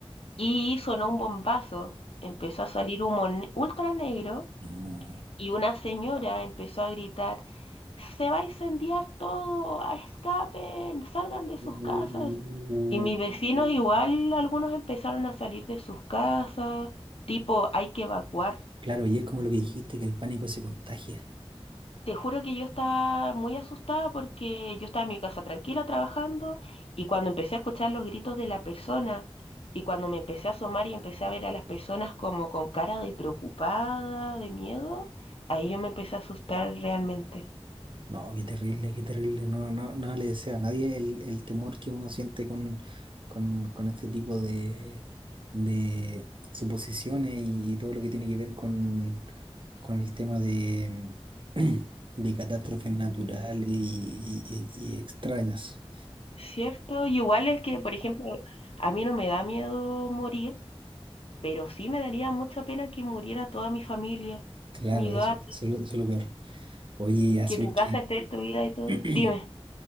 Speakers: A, on the left; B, on the right.
A: y sonó un bombazo, empezó a salir humo ne- ultra negro.
B: No.
A: y una señora empezó a gritar, se va a incendiar todo, a escapen, salgan de sus
B: Uh.
A: casas. Y mis vecinos igual, algunos empezaron a salir de sus casas, tipo, hay que evacuar.
B: Claro, y es como lo que dijiste, que el pánico se contagia.
A: Te juro que yo estaba muy asustada porque yo estaba en mi casa tranquila trabajando y cuando empecé a escuchar los gritos de la persona y cuando me empecé a asomar y empecé a ver a las personas como con cara de preocupada, de miedo, ahí yo me empecé a asustar realmente.
B: No, qué terrible, qué terrible. No, no, no le deseo a nadie el, el temor que uno siente con, con, con este tipo de, de suposiciones y, y todo lo que tiene que ver con, con el tema de, <clears throat> de catástrofes
A: Y
B: naturales y, y- y- y extrañas.
A: Cierto, y igual es que, por ejemplo, a mí no me da miedo morir, pero sí me daría mucha pena que muriera toda mi familia,
B: Claro,
A: mi
B: eso,
A: gato,
B: eso, es lo eso es lo peor. Oye, así
A: que tu
B: que
A: casa esté destruida y todo.
B: <clears throat>
A: Dime,